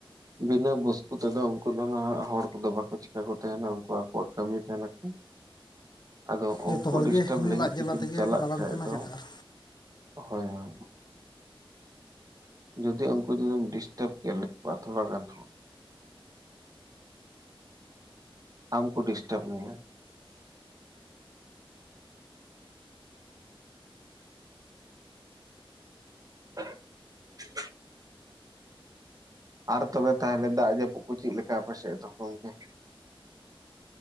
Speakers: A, on the right; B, on the left.
A: ᱵᱤᱱᱟᱹ ᱵᱚᱥᱛᱩ ᱛᱮᱫᱚ ᱩᱱᱠᱩ ᱫᱚ ᱱᱟᱜ ᱦᱚᱲ ᱠᱚᱫᱚ ᱵᱟᱠᱚ ᱪᱤᱠᱟ ᱠᱚ ᱛᱟᱦᱮᱱᱟ, ᱩᱱᱠᱩ ᱟᱠᱚᱣᱟᱜ ᱠᱟᱹᱢᱤ ᱛᱟᱦᱮᱱᱟ ᱠᱚ᱾ ᱟᱫᱚ ᱩᱱᱠᱩ
B: ᱡᱚᱛᱚ ᱦᱚᱲᱜᱮ
A: ᱰᱤᱥᱴᱟᱵᱽ
B: ᱤᱱᱟᱹ
A: ᱞᱟᱹᱜᱤᱫ
B: ᱞᱟᱡ ᱡᱟᱞᱟ
A: ᱡᱩᱫᱤᱢ
B: ᱛᱮᱜᱮ
A: ᱪᱟᱞᱟᱜ
B: ᱠᱚ ᱫᱟᱬᱟᱱ
A: ᱠᱷᱟᱡ
B: ᱠᱟᱱᱟ
A: ᱫᱚ᱾
B: ᱪᱮᱫ ᱟᱨ
A: ᱦᱳᱭ ᱦᱳᱭ ᱡᱩᱫᱤ ᱩᱱᱠᱩ ᱡᱩᱫᱤᱢ ᱰᱤᱥᱴᱟᱵ ᱠᱮᱭᱟ ᱞᱮᱣᱟ ᱛᱷᱚᱲᱟ ᱜᱟᱱ ᱦᱟᱸ᱾ ᱢᱮᱭᱟ ᱰᱤᱥᱴᱟᱨᱵ ᱢᱮᱭᱟ᱾ <inaudible> ᱟᱨ ᱛᱚᱵᱮ ᱛᱟᱦᱚᱞᱮ ᱫᱟᱜ ᱡᱟᱹᱯᱩᱫ ᱠᱚ ᱪᱮᱫ ᱞᱮᱠᱟ ᱟᱯᱮ ᱥᱮᱫ ᱫᱚ ᱜᱚᱢᱠᱮ᱾